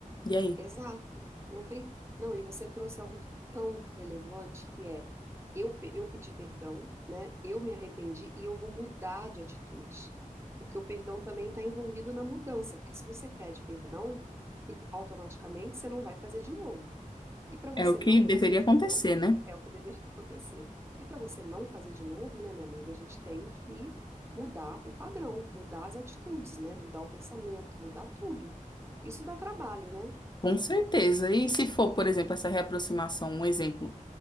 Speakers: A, on the left; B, on the right.
A: E aí?
B: exato. Não tem. Não, e você trouxe algo tão relevante que é eu, pe- eu pedi perdão, né? Eu me arrependi e eu vou mudar de atitude. Porque o perdão também está envolvido na mudança. Porque se você pede perdão, que automaticamente você não vai fazer de novo. E para você
A: É o que
B: não
A: deveria
B: fazer de
A: acontecer,
B: novo,
A: né?
B: é o que deveria <laughs> acontecer. E para você não fazer de novo, né, minha amiga, a gente tem que mudar o padrão, mudar as atitudes, né? Mudar o pensamento, mudar tudo. Isso dá trabalho, né?
A: Com certeza. E se for, por exemplo, essa reaproximação, um exemplo,